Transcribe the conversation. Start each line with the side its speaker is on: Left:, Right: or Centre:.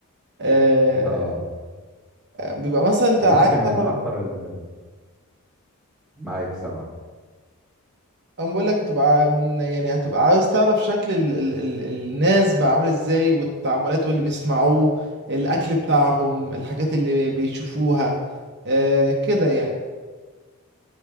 Right: آه،
Centre: اه
Right: بيبقى مثلا أنت
Centre: انا
Right: عايز
Centre: يمكن من
Right: تعرف
Centre: اكتر ال- معاك سامعك
Right: أنا بقول لك هتبقى من يعني هتبقى عايز تعرف شكل ال ال ال الناس بقى عامل إزاي والتعاملات واللي بيسمعوه الأكل بتاعهم الحاجات اللي بيشوفوها آه، كده يعني